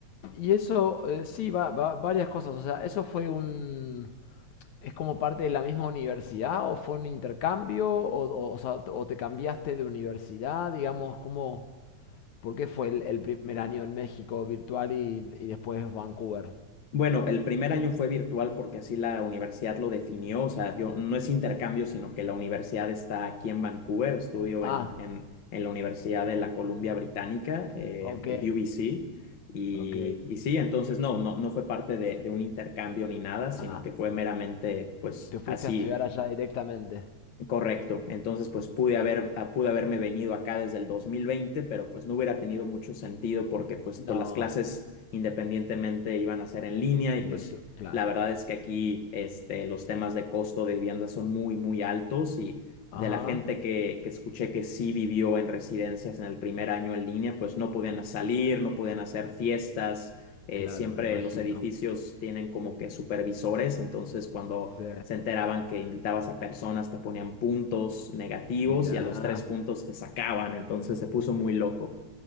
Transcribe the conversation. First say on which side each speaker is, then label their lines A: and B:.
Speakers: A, on the left (about 70°); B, on the left (about 45°).
A: Y eso, eh, sí, va, va- varias cosas. O sea, eso fue un, ¿Es como parte de la misma universidad o fue un intercambio? ¿O, o, o sea, o te cambiaste de universidad? Digamos, ¿cómo, ¿por qué fue el, el primer año en México virtual y, y después Vancouver?
B: Bueno, el primer año fue virtual porque así la universidad lo definió, o sea, yo no es intercambio, sino que la universidad está aquí en Vancouver, estudio
A: Ah,
B: en, en, en la Universidad de la Columbia Británica, eh,
A: ok,
B: de UBC, y,
A: ok.
B: y sí, entonces no, no, no fue parte de, de un intercambio ni nada, sino
A: Ah,
B: que fue meramente, pues,
A: te fuiste
B: así
A: a estudiar allá directamente.
B: Correcto. Entonces, pues pude haber, ah, pude haberme venido acá desde el 2020, pero pues no hubiera tenido mucho sentido porque pues
A: No,
B: todas las clases independientemente iban a ser en línea y
A: virtu-
B: pues
A: claro.
B: la verdad es que aquí este, los temas de costo de vivienda son muy, muy altos y
A: Ajá,
B: de la gente que, que escuché que sí vivió en residencias en el primer año en línea, pues no podían salir, no podían hacer fiestas, eh,
A: claro,
B: siempre
A: me imagino.
B: los edificios tienen como que supervisores, entonces cuando
A: Sí,
B: se enteraban que invitabas a personas, te ponían puntos negativos
A: mira.
B: y a los tres puntos te sacaban, entonces se puso muy loco.